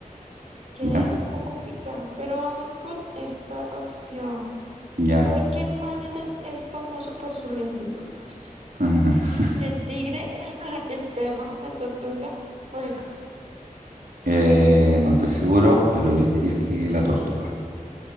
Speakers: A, on the right; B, on the right.
A: quedé
B: Ya,
A: un poco picado, pero vamos con esta opción.
B: ya.
A: Eh, ¿qué animal es, el- es famoso por su lentitud? <laughs>
B: <laughs>
A: ¿El tigre, <laughs> el, el perro, la tortuga o el gato?
B: Eh, no estoy seguro, pero yo diría que la tortuga.